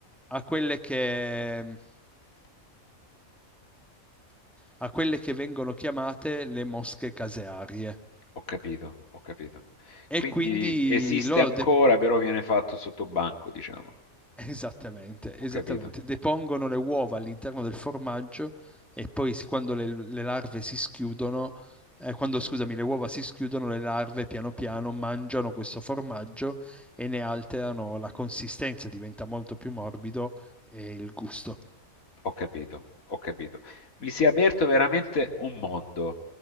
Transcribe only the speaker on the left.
Ho capito, ho capito.
Quindi
esiste
ancora,
però viene fatto sotto banco, diciamo.
Ho
capito,
ho capito, ho capito. Mi si è aperto veramente un mondo.